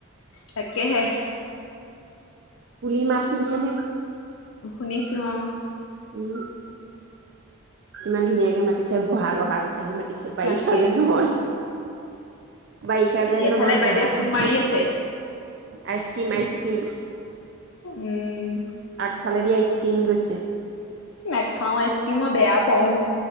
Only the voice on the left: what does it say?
তাককেহে।
শুনিছো অ'।
তাকেহে
এফালে
বাইদেৱে
ফোন মাৰি আছে।
উম্।
নাখাওঁ আইচক্ৰীম মই বেয়া পাওঁ।